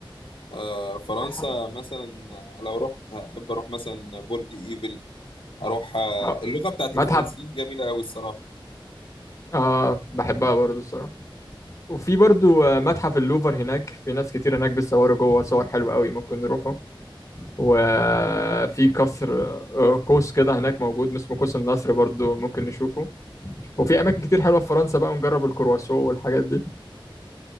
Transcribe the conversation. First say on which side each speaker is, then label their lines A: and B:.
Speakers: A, on the left (about 80°); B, on the left (about 35°).
A: آه، فرنسا
B: ح-
A: مثلا آه، لو رحت هحب اروح مثلا برج ايفل هروح آه،
B: آه،
A: اللغه بتاعت
B: متحف
A: الفرنسيين جميله قوي الصراحه
B: آه بحبها برضو الصراحة وفي برضو آه، متحف اللوفر هناك في ناس كتير هناك بتصوروا جوه صور حلوة قوي ممكن نروحوا وفي قصر آه، قوس كده هناك موجود اسمه قوس النصر برضو ممكن نشوفه وفي اماكن كتير حلوه في فرنسا بقى نجرب الكرواسون والحاجات دي